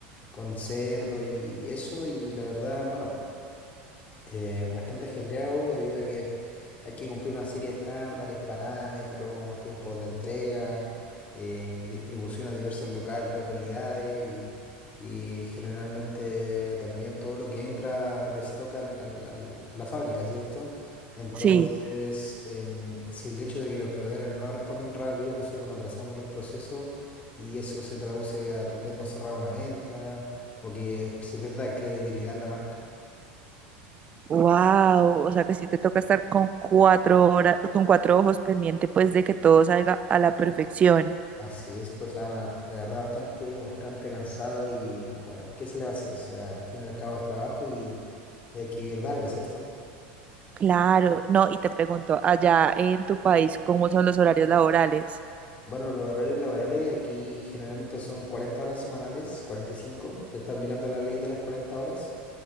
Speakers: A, on the left (about 30°); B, on the right (about 25°).
A: con cerdo y, y eso. Y la verdad, bueno, eh, bastante ajetreado debido a que hay que cumplir una serie de estándares, parámetros, tiempos de entrega, eh, distribución a diversas local, localidades y, y generalmente también todo lo que entra de stock al- al- al- a la fábrica, ¿cierto? Entonces,
B: Sí.
A: em, si el hecho de que los proveedores no responden rápido, nosotros nos atrasamos los procesos y eso se traduce a tal vez no cerrar una venta o que se pierda credibilidad en la marca.
B: Wow, o sea que sí te toca estar con cuatro horas, con cuatro ojos pendiente, pues de que todo salga a la perfección.
A: Así es, pues Ana, la verdad bastante, bastante cansado y bueno, ¿qué se le va a hacer? O sea, al fin y al cabo es trabajo y, y hay que vivir de algo, ¿cierto?
B: Claro, no, y te pregunto, allá en tu país, ¿cómo son los horarios laborales?
A: Bueno, los horarios laborales aquí generalmente son 40 horas semanales, 45, se está aplicando la ley de las 40 horas.